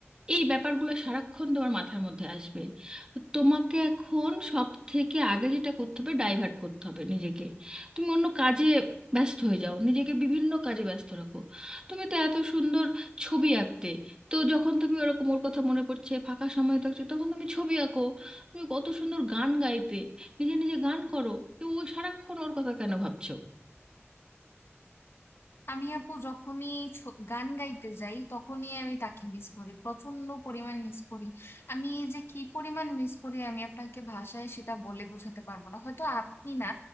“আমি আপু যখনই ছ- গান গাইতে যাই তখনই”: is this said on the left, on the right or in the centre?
Left